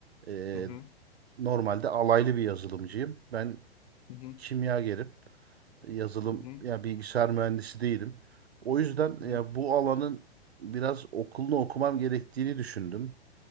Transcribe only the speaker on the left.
Hı hı.
Hı hı.
Hı hı.
Hı
hı.